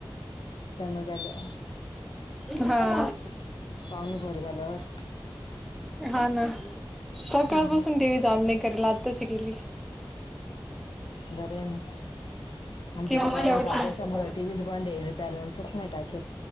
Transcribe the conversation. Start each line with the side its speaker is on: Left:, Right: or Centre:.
Left: तनुजाला
Centre: हा.
Left: पाहुणी पोर गेल्यावर-
Centre: हो ना. सक्काळपासून
Left: हा हा
Centre: टी व्ही चालू नाही करेल. आताशी केली.
Left: बरय ना. आमचं
Centre: ती
Left: तर
Centre: उठल्या
Left: पोरांच्या
Centre: उठल्या
Left: अभ्यासामुळे- टि व्हि च बंद आहेे. बॅलेन्सच नाहीए टाकेल.